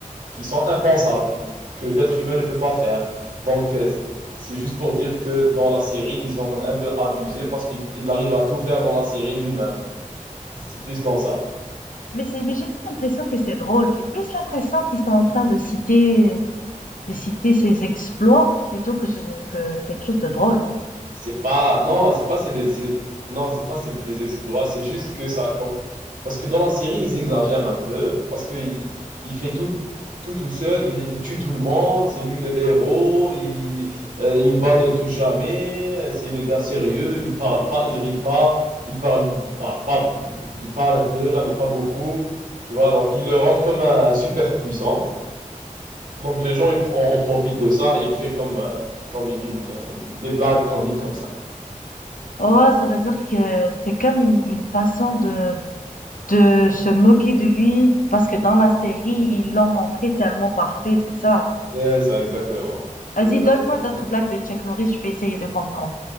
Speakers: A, on the right; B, on the left.
A: qui sont impensables, que l'être humain ne peut pas faire. Donc, euh, c'est juste pour dire que dans la série, ils ont comme un peu abusé parce qu'il il arrive à tout faire dans la série lui-même. C'est plus dans ça.
B: Mais c'est, mais j'ai pas l'impression que c'est drôle. J'ai plus l'impression qu'ils sont en train de citer, de citer ses exploits plutôt que ce- que quelque chose de drôle.
A: C'est pas, non, c'est pas, c'est des, c'est- non, c'est pas, c'est des exploits. C'est juste que ça, a comme, parce que dans la série, ils exagèrent un peu, parce que il, il fait tout, tout tout seul, il, il tue tout le monde, c'est lui le héros, il, euh, une balle ne le touche jamais, euh, c'est le gars sérieux, il parle pas, il rit pas, il parle, bah, pas, il parle un peu là, mais pas beaucoup, tu vois. Donc ils le rendent comme un, super puissant. Donc les gens, ils pr- en profitent de ça et créent comme, euh, comme une, une- des blagues comiques comme ça.
B: Oh, ça veut dire que c'est comme une, une façon de de se moquer de lui parce que dans la série, ils l'ont montré tellement parfait, c'est ça.
A: Yeah, ça, exactement.
B: Vas-y,
A: C'est exactement.
B: donne-moi d'autres blagues de Chuck Norris, je vais essayer de comprendre.